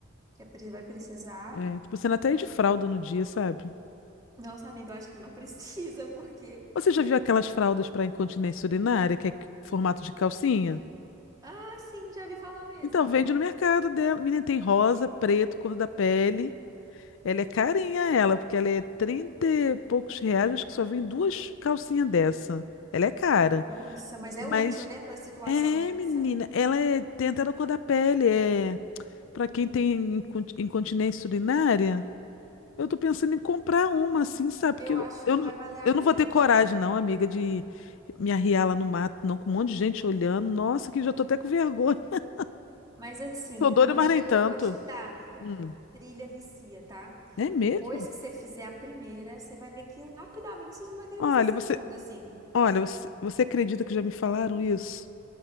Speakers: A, on the right (about 20°); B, on the left (about 65°).
A: que a Pri vai precisar.
B: É, tô pensando até ir de fralda no dia, sabe?
A: Nossa, amiga, eu acho que não precisa, <laughs> porque.
B: Você já viu aquelas fraldas para incontinência urinária, que é formato de calcinha?
A: Ah, sim, já vi falar mesmo.
B: Então, vende no mercado dela. Menina, tem rosa, preto, cor da pele. Ela é carinha, ela, porque ela é 30 e poucos reais, acho que só vem duas calcinhas dessa. Ela é cara.
A: Nossa, mas é
B: Mas,
A: útil, né, para situação
B: é,
A: dessa?
B: menina, ela é, tem até na cor da pele, é. Para quem tem incon- incontinência urinária, Eu tô pensando em comprar uma, assim, sabe? Porque
A: Eu
B: eu,
A: acho
B: eu,
A: que vai
B: não-
A: valer a
B: eu
A: pena.
B: não vou ter coragem, não, amiga, de me arriar lá no mato, não, com um monte de gente olhando. Nossa, que já tô até com vergonha. <laughs>
A: Mas assim,
B: Tô doida,
A: uma
B: mas
A: dica
B: nem tanto.
A: que eu vou te dar, amiga:
B: Hum.
A: trilha vicia, tá?
B: É mesmo?
A: Depois que você fizer a primeira, você vai ver que rapidamente você já vai querer
B: Olha,
A: fazer a segunda,
B: você,
A: assim.
B: olha, você, você acredita que já me falaram isso?